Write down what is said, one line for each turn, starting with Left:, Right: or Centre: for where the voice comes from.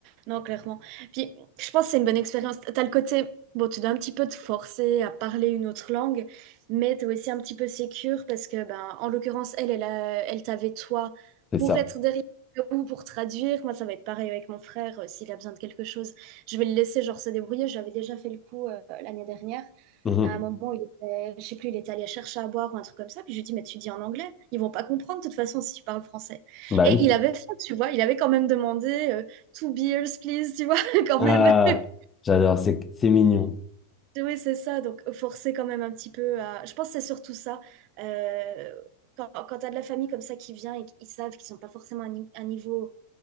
Right: Non, clairement. Puis, je pense que c'est une bonne expérience. T'as le côté, bon, tu dois un petit peu te forcer à parler une autre langue, mais t'es aussi un petit peu sécure parce que, ben, en l'occurrence, elle, elle, a- elle t'avait toi
Left: C'est
Right: pour
Left: ça.
Right: être derrière ou pour traduire. Moi, ça va être pareil avec mon frère, euh, s'il a besoin de quelque chose, je vais le laisser, genre, se débrouiller. J'avais déjà fait le coup, euh, l'année dernière.
Left: Mhm.
Right: À un moment, il était, je sais plus, il était allé chercher à boire ou un truc comme ça. Puis je lui dis, mais tu dis en anglais. Ils vont pas comprendre de toute façon si tu parles français.
Left: Bah
Right: Et
Left: oui.
Right: il avait fait, tu vois, il avait quand même demandé euh, two beers, please, tu vois, <laughs> quand
Left: Euh,
Right: même. <laughs>
Left: j'adore, c'est c'est mignon.
Right: Oui, c'est ça, donc forcer quand même un petit peu à. Je pense que c'est surtout ça. Euh, quand quand tu as de la famille comme ça qui vient et qu'ils savent qu'ils sont pas forcément à un ni- un niveau